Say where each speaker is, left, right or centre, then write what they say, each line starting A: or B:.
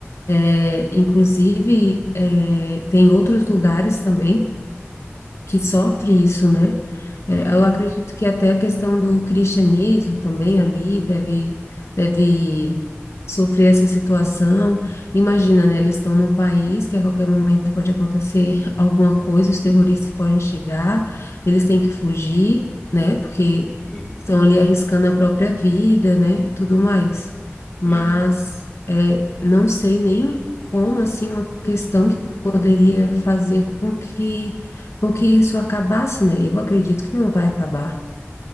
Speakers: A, on the left; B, on the left.
A: É, inclusive, é, tem outros lugares também que sofre isso, né?
B: hum,
A: É, Eu acredito que até a questão do cristianismo também ali deve, deve sofrer essa situação. Imagina, né? Eles estão num país que a qualquer momento pode acontecer alguma coisa, os terroristas podem chegar, eles têm que fugir, né? Porque
B: sim,
A: estão ali arriscando a própria vida, né? E tudo mais. Mas
B: sim.
A: é, não sei nem como, assim, uma questão que poderia fazer com que porque isso acabasse, né? Eu acredito que não vai acabar.